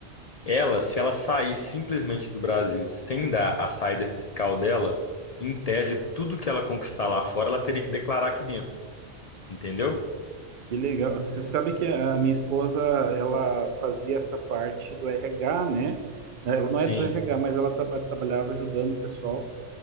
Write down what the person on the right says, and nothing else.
Que legal. Você sabe que a minha esposa, ela fazia essa parte do RH, né? Ela não
é do RH, mas ela traba- trabalhava ajudando o pessoal.